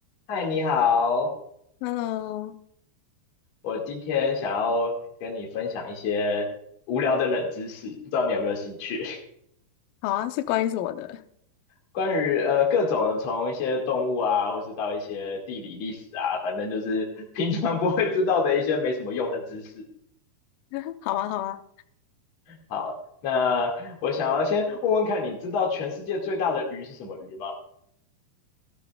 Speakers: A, on the left; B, on the left.
A: 嗨，你好，
B: Hello，
A: 我今天想要跟你分享一些无聊的冷知识，不知道你有没有兴趣？
B: 好啊，是关于什么的？
A: <laughs> 关于呃各种的从一些动物啊，或是到一些地理历史啊，反正就是 <laughs> 平常不会知道的一些没什么用的知识。
B: <laughs> 好啊，好啊，
A: 好，那我想要先问问看，你知道全世界最大的鱼是什么鱼吗？